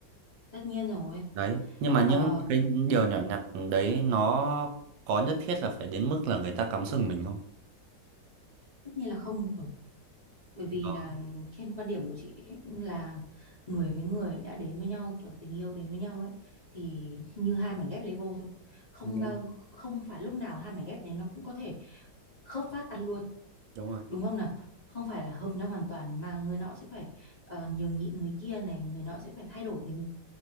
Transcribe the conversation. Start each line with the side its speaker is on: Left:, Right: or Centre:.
Left: tất nhiên rồi
Right: Đấy, nhưng mà
Left: ờ,
Right: những cái điều nhỏ nhặt đấy nó có nhất thiết là phải đến mức là người ta cắm sừng mình không?
Left: tất nhiên là không rồi bởi vì
Right: Đó,
Left: là trên quan điểm của chị ấy, là người với người đã đến với nhau kiểu tình yêu đến với nhau ấy thì như hai mảnh ghép Lego thôi không
Right: đúng
Left: bao
Right: rồi,
Left: không phải lúc nào hai mảnh ghép đấy nó cũng có thể khớp phát ăn luôn
Right: đúng rồi,
Left: đúng không nào không phải là hợp nhau hoàn toàn mà người nọ sẽ phải ờ, nhường nhịn người kia này người nọ sẽ phải thay đổi vì